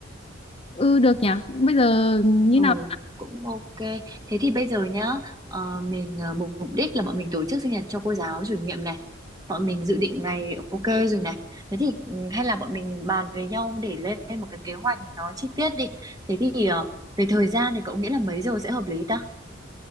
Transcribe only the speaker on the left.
ừ, được nhỉ. Bây giờ như
nào?